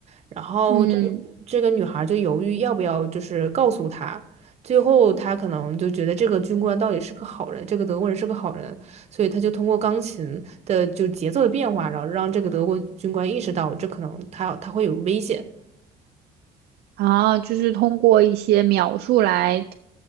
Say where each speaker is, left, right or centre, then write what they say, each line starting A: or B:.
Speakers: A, on the right; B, on the right.
A: 然后这个这个女孩就犹豫要不要就是告诉他，
B: 嗯，
A: 最后他可能就觉得这个军官到底是个好人，这个德国人是个好人，所以他就通过钢琴的就节奏的变化，然后让这个德国军官意识到这可能他他会有危险。
B: 啊，就是通过一些描述来